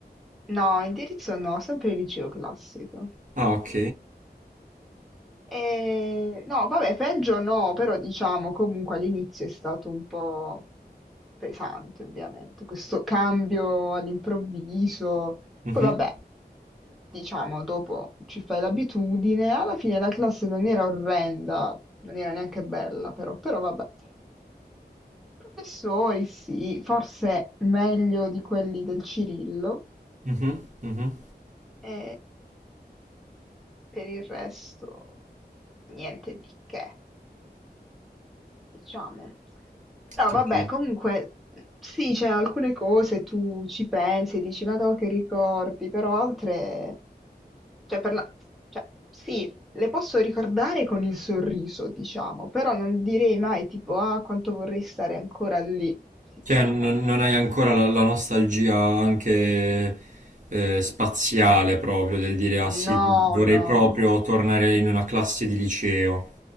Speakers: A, in the centre; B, on the right.
A: no, indirizzo no, sempre liceo classico.
B: Ah, ok.
A: Eh, no, vabbè, peggio no, però diciamo comunque all'inizio è stato un po' pesante, ovviamente, questo cambio all'improvviso.
B: Mhm,
A: Poi vabbè, diciamo, dopo ci fai l'abitudine. Alla fine la classe non era orrenda, non era neanche bella, però, però vabbè. Professori, sì, forse meglio di quelli del Cirillo,
B: mhm, mhm.
A: e per il resto niente di che, diciamo. Però
B: Capì.
A: vabbè, comunque sì, c'è alcune cose tu ci pensi, e dici, ma no, che ricordi, però altre, cioè, per la... cioè sì, le posso ricordare con il sorriso, diciamo, però non direi mai tipo, ah, quanto vorrei stare ancora lì, sinceramente.
B: Cioè, non, non hai ancora la, la nostalgia anche eh, spaziale proprio del dire, ah sì,
A: No,
B: vorrei
A: no.
B: proprio tornare in una classe di liceo.